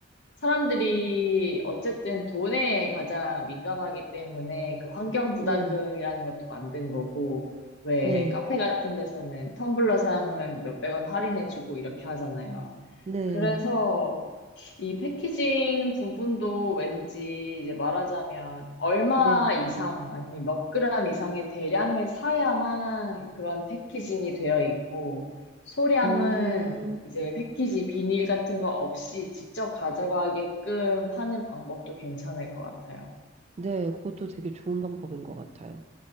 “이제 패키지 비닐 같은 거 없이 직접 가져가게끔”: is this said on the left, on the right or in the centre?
Left